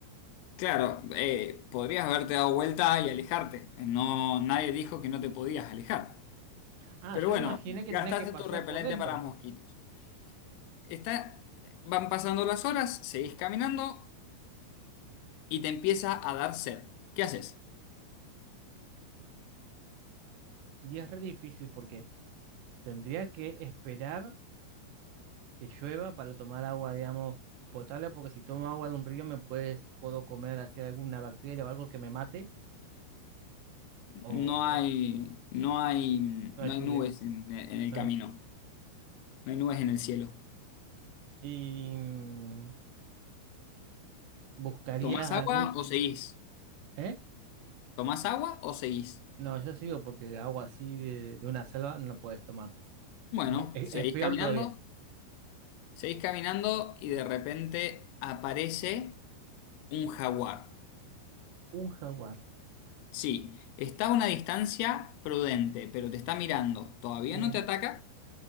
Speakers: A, on the left; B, on the right.
A: Claro, eh, podrías haberte dado vuelta y alejarte. No, nadie dijo que no te podías alejar.
B: Ah,
A: Pero
B: yo
A: bueno,
B: me imaginé
A: gastaste
B: que tenía que pasar
A: tu repelente
B: por dentro.
A: para mosquitos. Está, van pasando las horas, seguís caminando y te empieza a dar sed. ¿Qué haces?
B: Y es re difícil porque tendría que esperar que llueva para tomar agua, digamos, potable, porque si tomo agua de un río me puedes, puedo comer así alguna bacteria o algo que me mate, o,
A: No
B: o-
A: hay, no hay,
B: no
A: no
B: hay lluvia.
A: hay nubes en en el
B: no
A: camino.
B: hay.
A: No hay nubes en el cielo.
B: Y mm, buscaría
A: ¿Tomás
B: alguna,
A: agua o seguís?
B: ¿eh?
A: ¿Tomás agua o seguís?
B: No, yo sigo porque agua así de, de una selva no la podés tomar.
A: Bueno,
B: E- e-
A: seguís
B: Es, peor
A: caminando,
B: todavía.
A: seguís caminando y de
B: Sí,
A: repente aparece un jaguar.
B: Un jaguar.
A: Sí, está a una distancia prudente, pero te está mirando. Todavía
B: sí.
A: no te ataca,